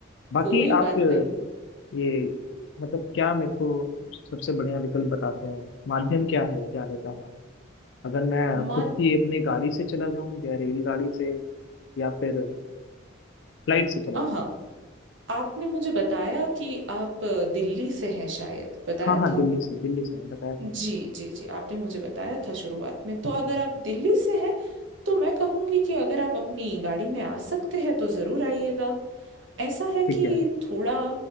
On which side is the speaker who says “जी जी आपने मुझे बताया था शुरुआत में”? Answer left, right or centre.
Right